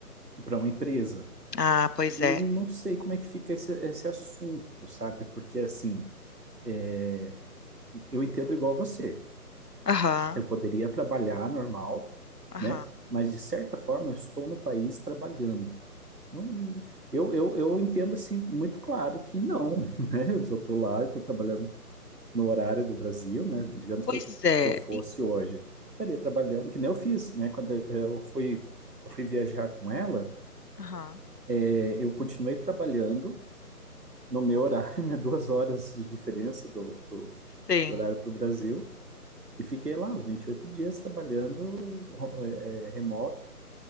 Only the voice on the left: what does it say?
Ah, pois
é.
Aham,
aham.
Pois
é.
E-
Aham.
Sim.